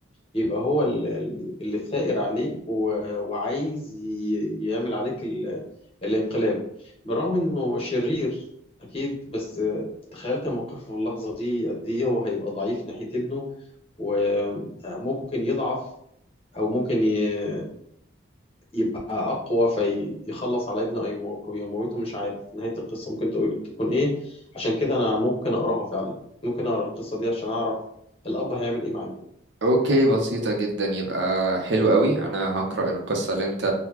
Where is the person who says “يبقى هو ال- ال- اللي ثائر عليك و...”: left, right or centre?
Left